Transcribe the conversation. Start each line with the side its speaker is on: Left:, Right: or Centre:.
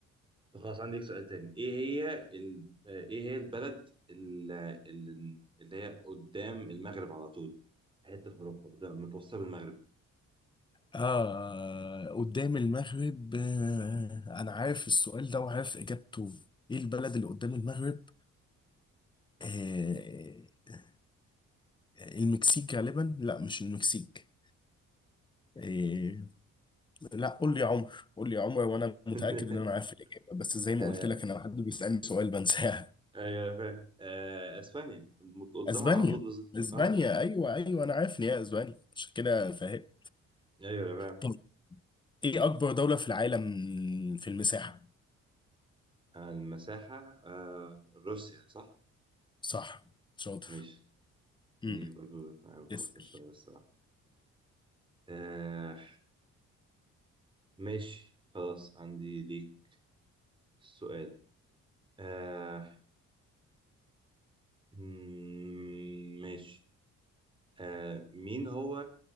Right: طب خلاص عندي لك سؤال تاني ايه هي ال... آه ايه هي البلد ال- ال- اللي هي قدام المغرب على طول حتة في اوروبا قدام متوسطة بالمغرب
Left: اه قدام المغرب آه انا عارف السؤال ده وعارف اجابته ايه البلد اللي قدام المغرب آه المكسيك غالبا لا مش المكسيك إيه لا قول لي يا عمر قول لي يا عمر وانا متاكد
Right: <laughs>
Left: ان انا عارف الاجابه بس زي ما
Right: آه
Left: قلت لك انا حد بيسالني سؤال بنساها
Right: ايوه فاهم آه اسبانيا مت- قدامها
Left: <laughs> اسبانيا
Right: على طول بالظبط
Left: اسبانيا
Right: اه
Left: ايوه ايوه انا عارف ان هي اسبانيا عشان كده فاهم
Right: ايوه فاهم
Left: طب ايه اكبر دوله في العالم في المساحه
Right: المساحة آه روسيا صح؟
Left: صح شاطر
Right: ماشي
Left: امم
Right: دي برضو مع الكفتة
Left: اسال
Right: شوية الصراحة آه ماشي خلاص عندي ليك السؤال آه مم، ماشي آه مين هو